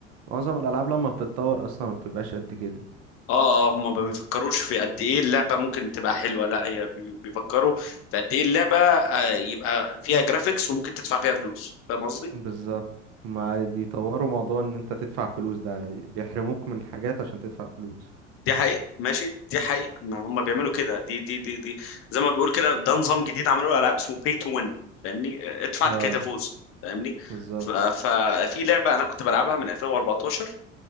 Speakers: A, on the right (about 45°); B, on the left (about 35°).
A: معظم الالعاب لما بتتطور اصلا ما بتبقاش قد كده
B: اه اه هما ما بيفكروش في قد ايه اللعبه ممكن تبقى حلوه لا هي بي- بيفكروا في قد ايه اللعبه آه، يبقى فيها جرافيكس وممكن تدفع فيها فلوس فاهم قصدي؟
A: بالظبط ما بيطوروا موضوع ان انت تدفع فلوس ده بيحرموك من حاجات عشان تدفع فلوس
B: دي حقيقة ماشي دي حقيقة ما هم بيعملوا كده دي دي دي دي زي ما بيقول كده ده نظام جديد عملوه العاب اسمه pay to win فاهمني ادفع
A: اه
B: لكي تفوز فاهمني
A: بالظبط
B: ف- ففي لعبة انا كنت بلعبها من 2014